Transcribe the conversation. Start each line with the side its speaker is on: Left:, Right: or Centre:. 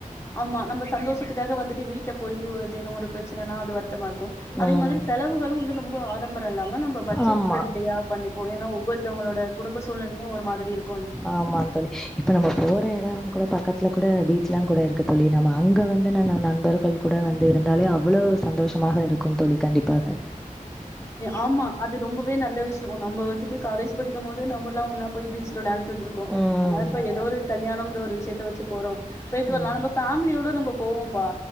Left: ஆமா நம்ப சந்தோஷத்துக்காக வந்துட்டு வீட்ல போயி தினோ ஒரு பிரச்சனனா அது வருத்தமா இரு க்கு அதே
Centre: ம்
Left: மாதிரி செலவுகளு வந்து ரொம்ப ஆடம்பரோ இல்லாம நம்ப பட்ஜெட்
Centre: ஆமா
Left: ஃப்ரெண்ட்லியா பண்ணிபோ ஏனா ஒவ்வொர்த்தவங்களோட குடும்ப சூழ்நிலையு ஒரு மாதிரி இருக்
Centre: ஆமாங் தோழி இப்ப நம்ப போற எடங் கூட பக்கத்துல கூட பீச்லா கூட இருக்கு தோழி நம்ப அங்க வந்து ந நண்பர்கள் கூட வந்து இருந்தாலே அவ்வளவு சந்தோஷோ மாக இருக்குன் தோழி கண்டிப்பாக
Left: ஆமா அது ரொம்பவே நல்ல விஷ்யோ நம்ப வந்துட்டு காலேஜ் படிக்குமோது நம்பல்லா ஒன்னா போய் பீச்சுல விள்யாண் டுந்திருக்கோ
Centre: ம்
Left: ஆனா இப்ப எதோ ஒரு கல்யாணொங்கிற ஒரு விஷ்யத்த வெச்சுப் போறோ போய்ட்டு
Centre: ம்.
Left: வரலா நம்ப ஃபேம்லியோட நம்ப போவோம்ப்பா